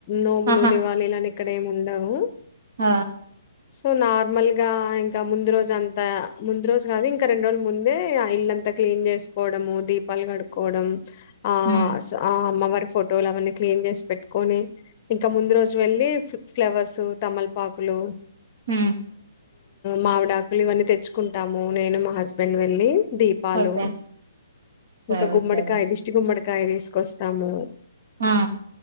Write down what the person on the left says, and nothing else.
నోములునే
వాళ్ళు ఇళ్ళాని ఇక్కడేమి ఉండవు
సో నార్మల్ గా ఇంకా ముందు రోజు అంత ముందు రోజు కాదు ఇంకా రెండు రోజుల ముందే ఇల్ అంతా క్లీన్ చేసుకోవడము దీపాలు కడుక్కవడం ఆ
ఆ అమ్మవ ఫోటోలు అవన్నీ క్లీన్ చేసి పెట్టుకొని ఇంకా ముందు రోజు వెళ్ళలి ఫ్లవర్స్ తమల్పాకులు
మావిడాకులు ఇవన్నీ తెచ్చుకుంటాము నేను మా హస్బెండ్ వెళ్ళి దీపాలు
ఇంకా గుమ్మడికా
ఐదిష్టి గుమ్మడికాయ కాయ తీసుకొస్తాము